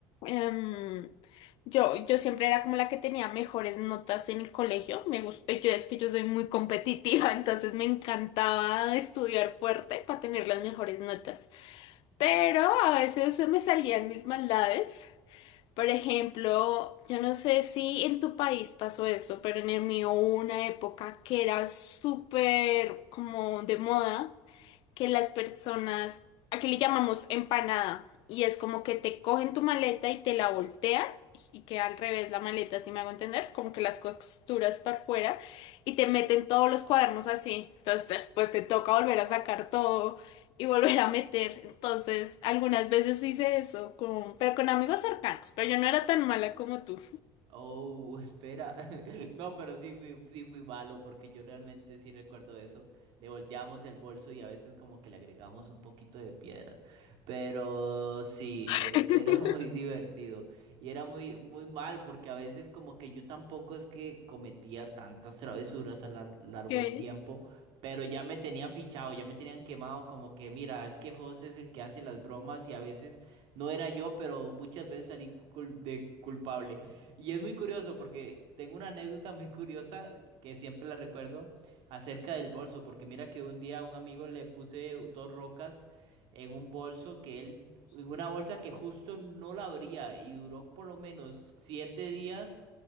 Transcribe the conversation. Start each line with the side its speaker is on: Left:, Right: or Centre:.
Left: em, yo, yo siempre era como la que tenía mejores notas en el colegio. Me gusta, yo es que yo soy muy competitiva, <laughs> entonces me encantaba estudiar fuerte para tener las mejores notas. Pero a veces se me salían mis maldades. Por ejemplo, yo no sé si en tu país pasó eso, pero en el mío hubo una época que era súper como de moda que las personas, aquí le llamamos empanada, y es como que te cogen tu maleta y te la voltean y queda al revés la maleta, si me hago entender, como que las costuras para afuera y te meten todos los cuadernos así. Entonces después te toca volver a sacar todo y volver a meter. Entonces, algunas veces hice eso, con, pero con amigos cercanos, pero yo no era tan mala como tú.
Right: Oh, espera. <laughs> No, pero sí fui, sí fui malo porque yo realmente sí recuerdo eso. Le volteábamos el bolso y a veces como que le agregamos un poquito de piedras. Pero sí,
Left: <gasps>
Right: era, era <laughs> muy divertido. Y era muy, muy mal porque a veces como que yo tampoco es que cometía tantas travesuras a lo lar- largo
Left: ¿Qué?
Right: del tiempo. Pero ya me tenían fichado, ya me tenían quemado como que, mira, es que José es el que hace las bromas y a veces no era yo, pero muchas veces salí cul- de culpable. Y es muy curioso porque tengo una anécdota muy curiosa que siempre la recuerdo acerca del bolso, porque mira que un día a un amigo le puse dos rocas en un bolso que él, en una bolsa que justo no la abría y duró por lo menos siete días